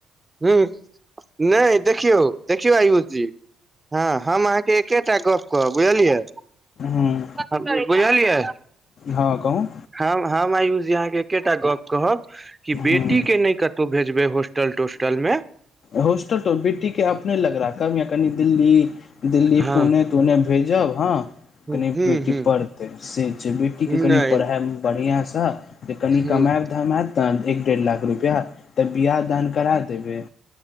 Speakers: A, on the right; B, on the left.
A: हू नहि देखियौ देखियौ आयुष जी हँ हम अहाँके एकेटा गप कहब बुझलियै
B: हूँ
A: बुझलियै
B: हँ कहु
A: हम हम आयुष जी अहाँके एकेटा गप कहब कि बेटी
B: हूँ
A: के नहि कतहु भेजबै होस् टोस्टलमे
B: हॉस्टल तो बेटीके अपने लग रहा कभ या कनि दिल्ली दिल्ली
A: हँ
B: पुने तने तून्ने भेजब हँ
A: हूं
B: कनि बेटी
A: हूं
B: पढ़तै से जे बेटीके कनि
A: नहि
B: पढ़ाइमे बढ़िआँसँ जे कनि
A: हूं
B: कमाायब धाम हयत ने एक डेढ़ लाख रुपआ तऽ बियाह दान करा देबे